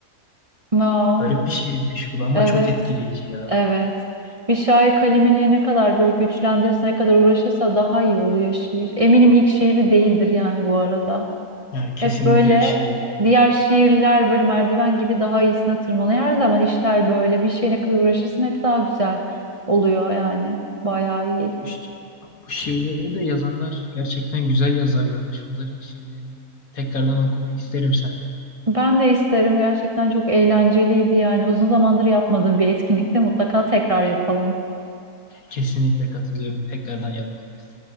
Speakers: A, on the right (about 25°); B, on the left (about 65°).
A: Wow.
B: Garip bir şiirmiş bu da ama
A: Evet.
B: çok etkileyici ya.
A: Evet. Bir şair kalemini ne kadar böyle güçlendirirse, ne kadar uğraşırsa daha iyi oluyor şiir. Eminim ilk şiiri değildir yani bu arada.
B: Yani kesinlikle
A: Hep böyle
B: ilk şiir değildir.
A: diğer şiirler böyle merdiven gibi daha iyisine tırmanıyor. Her zaman işler böyle bir şeye ne kadar uğraşırsın hep daha güzel oluyor yani. Bayağı iyi.
B: Bu, şi- bu şiirleri de yazanlar gerçekten güzel yazarlarmış. Bunların şiirlerini tekrardan okumayı isterim senden.
A: Ben de isterim. Gerçekten çok eğlenceliydi yani. Uzun zamandır yapmadığım bir etkinlikte mutlaka tekrar yapalım.
B: Kesinlikle katılıyorum. Tekrardan yapmalıyız.